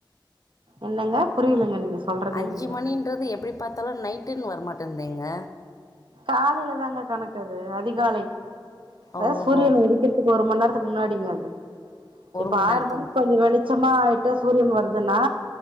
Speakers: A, on the right; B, on the left.
A: என்னங்க புரியலங்க நீங்க சொல்றது
B: அஞ்சு
A: எனக்கு
B: மணின்றது எப்படி பாத்தாலாம் நைட்டுன்னு வரமாட்டேந்தேங்க
A: காலையில தாங்க கணக்கது அதிகாலை அதான்
B: ஓஹோ!
A: சூரியனை உதிக்கிறதுக்கு ஒரு மணி நேரத்துக்கு முன்னாடிங்க அது இப்ப
B: மணி
A: ஆறு
B: நேரத்துக்கு.
A: மணிக்கு கொஞ்சம் வெளிச்ச பிச்சமா ஆயிட்ட சூரியன் வருதுன்னா